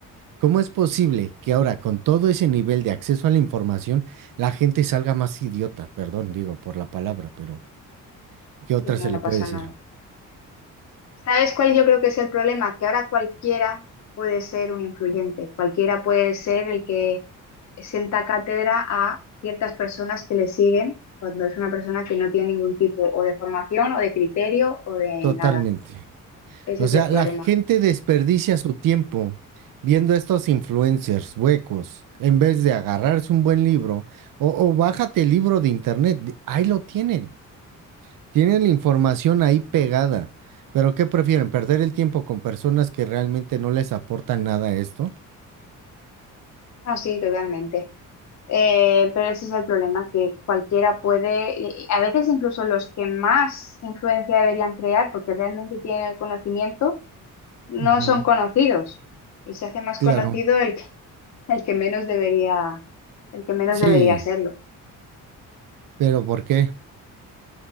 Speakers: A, on the right; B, on the left.
A: ¿Cómo es posible que ahora, con todo ese nivel de acceso a la información, la gente salga más idiota? Perdón, digo por la palabra, pero ¿qué otra
B: Y no,
A: se
B: no
A: le
B: pasa
A: puede decir?
B: nada. ¿Sabes cuál yo creo que es el problema? Que ahora cualquiera puede ser un influyente, cualquiera puede ser el que senta cátedra a ciertas personas que le siguen cuando es una persona que no tiene ningún tipo o de formación o de criterio o de
A: Totalmente.
B: nada. Ese
A: O
B: es
A: sea,
B: el problema.
A: la gente desperdicia su tiempo viendo estos influencers huecos en vez de agarrarse un buen libro o, o bájate el libro de internet. Ahí lo tienen. Tienen la información ahí pegada, pero ¿qué prefieren? ¿Perder el tiempo con personas que realmente no les aportan nada a esto?
B: Ah, sí, totalmente. Eh, pero ese es el problema, que cualquiera puede, y- y a veces incluso los que más influencia deberían crear, porque realmente tienen el conocimiento, no
A: Ujú,
B: son conocidos y se hace más
A: Claro,
B: conocido el el que menos debería, el que menos
A: sí,
B: debería hacerlo,
A: pero ¿por qué?